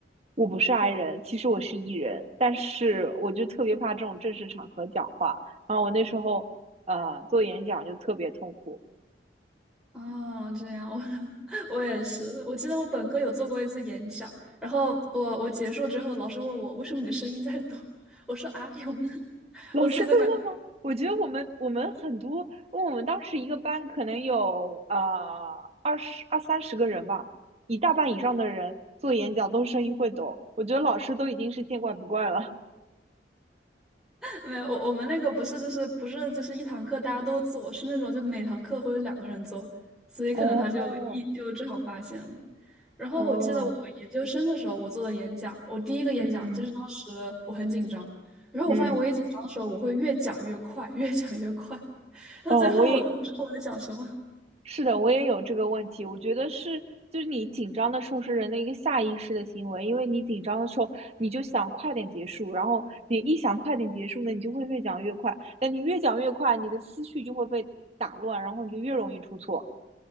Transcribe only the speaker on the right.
我不是 I 人，其实我是 E 人，但是我就特别怕这种正式场合讲话。然后我那时候呃做演讲就特别痛苦，
老师会问吗？
我觉得我们我们很多，因为我们当时一个班可能有呃二十二三十个人吧，一大半以上的人做演讲都声音会抖，我觉得老师都已经是见怪不怪了。
哦
哦，
嗯
嗯
哦，我也是的，我也有这个问题。我觉得是，就是你紧张的时候是人的一个下意识的行为，因为你紧张的时候，你就想快点结束，然后你一想快点结束呢，你就会越讲越快。但你越讲越快，你的思绪就会被打乱，然后你就越容易出错。